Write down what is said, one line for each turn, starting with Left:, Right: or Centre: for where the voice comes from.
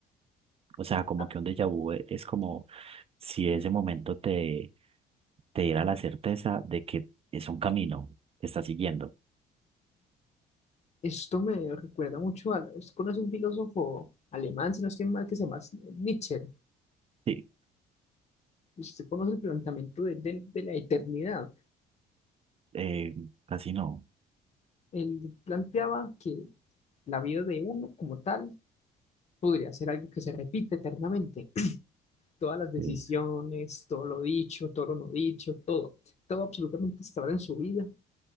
Right: O sea, como
Left: ah,
Right: que un déjà vu e- es como si ese momento te, te diera la certeza de que es un camino que estás siguiendo.
Left: Esto me recuerda mucho a... ¿Usted conoce un filósofo alemán, si no estoy mal, que se llama Nietzsche?
Right: Sí,
Left: Usted conoce el planteamiento de, de- de la eternidad.
Right: eh, casi no.
Left: Él planteaba que la vida de uno como tal podría ser algo que se repite eternamente. <clears throat> Todas las decisiones,
Right: Sí.
Left: todo lo dicho, todo lo no dicho, todo, todo absolutamente hasta ahora en su vida